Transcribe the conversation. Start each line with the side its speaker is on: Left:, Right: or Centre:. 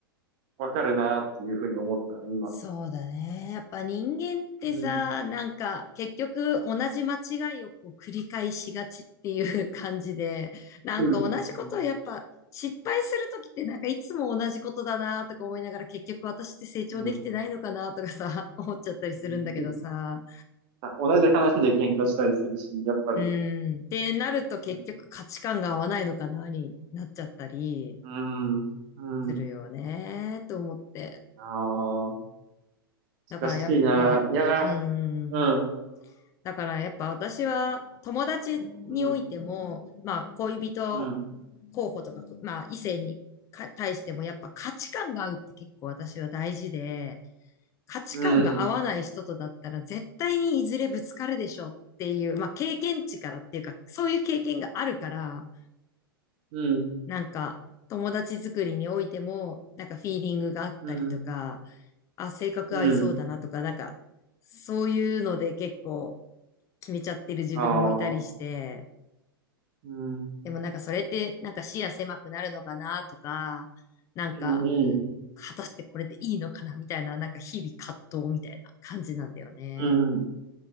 Right: わかるなっていうふうに思ったね、今。
Left: そうだね。やっぱ人間ってさ、
Right: うん。
Left: なんか結局同じ間違いをこう繰り返しがちっていう <laughs> 感じで、なんか同じことをやっぱ失敗するときってなんかいつも同じことだなとか思いながら結局私って成長できてないのかなとかさ、
Right: うん。うん。うん。
Left: <laughs> 思っちゃったりするんだけどさ。
Right: うんあ <laughs> 同じ話で喧嘩したりするし、やっぱり。
Left: うん。ってなると結局価値観が合わないのかなになっちゃったり
Right: うん。うん。うん
Left: するよね、と思って。
Right: ああ、
Left: だからやっぱ、
Right: 難しいな。いやー、
Left: うん。
Right: うん。
Left: だからやっぱ私は友達においても、
Right: うん。
Left: まあ恋人
Right: うん。
Left: 候補とか、まあ異性にか対してもやっぱ価値観が合うって結構私は大事で、価値観が合わない人とだったら絶対にいずれぶつかるでしょっていう、
Right: うん。
Left: まあ経験値からっていうか、そういう経験があるから、
Right: うん。
Left: なんか友達作りにおいても、なんかフィーリングがあったりとか、
Right: うん。
Left: あ、性格合いそうだなとか、
Right: うん。
Left: なんか、そういうので結構決めちゃってる自分もいたりして、
Right: ああ。うん。
Left: でもなんかそれってなんか視野狭くなるのかなとか、なんか
Right: うん。
Left: 果たしてこれでいいのかなみたいな、なんか日々葛藤みたいな感じなんだよね。
Right: うん。